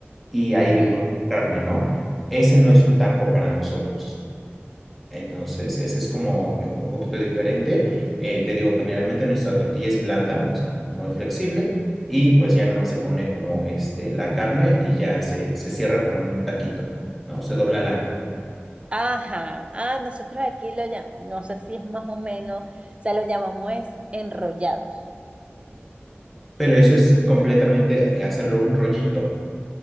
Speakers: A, in the centre; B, on the right.
A: y ahí
B: ujú.
A: le ponen carne, ¿no? Ese no es un taco para nosotros. Entonces, ese es como eh, un poquito diferente. Eh, te digo, generalmente nuestra tortilla es blanda, o sea, muy flexible, y pues ya nada más se pone como este, la carne y ya se, se cierra como en un taquito, ¿no? Se dobla la...
B: Ajá, ah, nosotros aquí lo llamamos, no sé si es más o menos, o sea, lo llamamos es enrollados.
A: Pero eso es completamente eh, hacerlo un rollito.